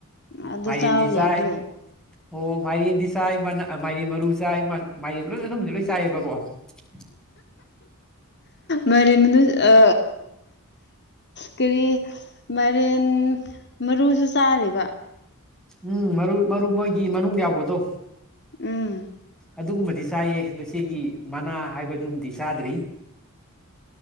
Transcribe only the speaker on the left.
ꯑꯗꯨ
ꯆꯥꯎ
ꯌꯥꯗ꯭ꯔꯣ
ꯃꯔꯤ ꯃꯅ ꯑ ꯀꯔꯤ ꯃꯔꯦꯟ ꯃꯔꯨꯁꯨ ꯆꯥꯔꯤꯕ
ꯎꯝ